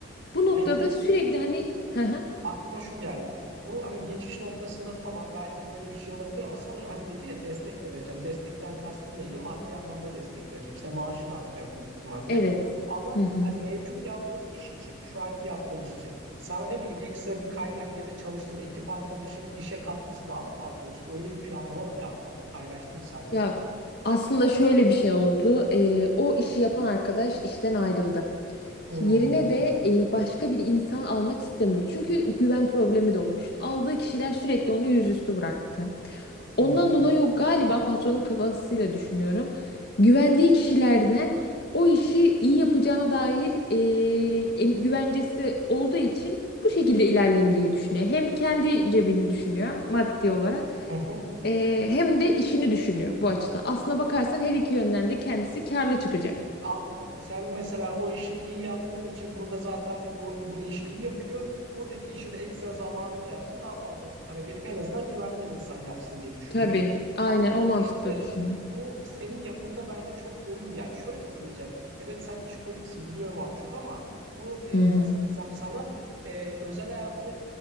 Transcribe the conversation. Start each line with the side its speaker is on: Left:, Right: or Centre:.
Left: Bu noktada
Right: Peki
Left: sürekli hani hı hı,
Right: aklıma şu geldi. Bu hani geçiş noktasında tamam belki böyle bir şey olabilir ama sana hani dedi ya destek de vereceğim. Destekten kastın neydi? Maddi anlamda destek verecek. İşte maaşın artacak büyük ihtimalle.
Left: evet.
Right: Ama
Left: Hı hı.
Right: hani mevcut yaptığın iş için, şu anki yaptığın iş için sana ne bileyim ekstra bir kaynak ya da çalıştığın ekip arkadaşının işe katkısı daha mı fazla olacak? Öyle bir planlama yaptın mı? Paylaştın mı seninle?
Left: Ya aslında şöyle bir şey oldu. E, o işi yapan arkadaş işten ayrıldı.
Right: Hmm.
Left: Yerine de
Right: Hı
Left: e, başka bir insan almak istemiyor. Çünkü güven problemi de oluştu. Aldığı kişiler sürekli onu yüzüstü bıraktı. Ondan
Right: hı.
Left: dolayı o galiba patronun kafasıyla düşünüyorum. Güvendiği kişilerden o işi iyi yapacağına dair e, em- güvencesi olduğu için bu şekilde ilerleyeyim diye düşünüyor. Hem kendi cebini düşünüyor maddi olarak
Right: Hı hı.
Left: e, hem de işini düşünüyor bu açıdan. Aslına bakarsan her iki yönden de kendisi karlı çıkacak.
Right: Anladım. Sen mesela o işi iyi yaptığın için burada zaten bu bunu işi iyi yapıyor. Buradaki işi de ekstra zamanında yapsın, daha fazla para vereyim. En azından güvendiğim insan yapsın diye düşünüyor.
Left: Tabii, aynen
Right: Ama
Left: o mantıkla
Right: işte
Left: düşünüyor.
Right: bu senin yapında bence çok uyum yani şöyle uymayacak. Evet sen işkoliksin biliyorum az çok ama bu e,
Left: Hı hı.
Right: nasıl desem sana e, özel hayatını